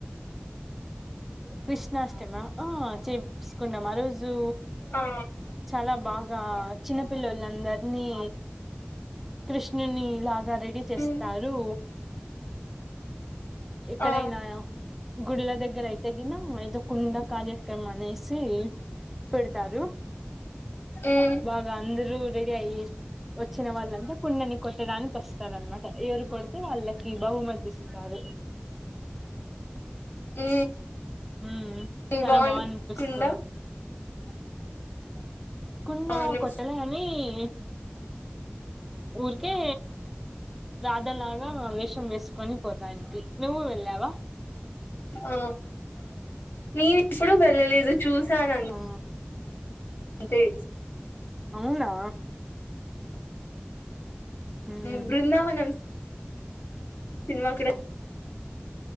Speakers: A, in the centre; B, on the left.
A: కృష్ణాష్టమ ఆ చేప్స్కుండమా రోజు జు
B: ఆ
A: చాలా బాగ్ కా చిన్న పిల్లలందరినీ కృష్ణని లాగా రెడీ చేస్తారు
B: ఉమ్
A: ఎక్కడైనా
B: ఆ
A: గుళ్ళ దగ్గర అయితేగిన ఏదో కుండ కార్యక్రమం అనేసి పెడతారు
B: ఉమ్
A: బాగా అందురూ రెడి అయ్యి వచ్చిన వాళ్ళంతా కుండని కొట్టడానికి వస్తార అనమాట ఎవరు కొడితే వాళ్ళకి బహుమతి ఇస్ కాదు
B: ఈ
A: హ చాలా
B: బాగుండకుండా
A: బా అనిపిస్తుంది ఇనోఅడిబుల్ కుండా
B: అవును
A: కొట్టలాని ఇనో అడిబుల్ ఉర్కే రాధలాగా వేషం వేసుకొని పోతాంటి నువ్వు వెళ్ళావా
B: ఆ నేను ఎప్పుడు వెళ్ళలేదు చూసానని
A: ఆ
B: <unintelligible>
A: అవునా ఉమ్
B: బృందావనం సినిమా అకడె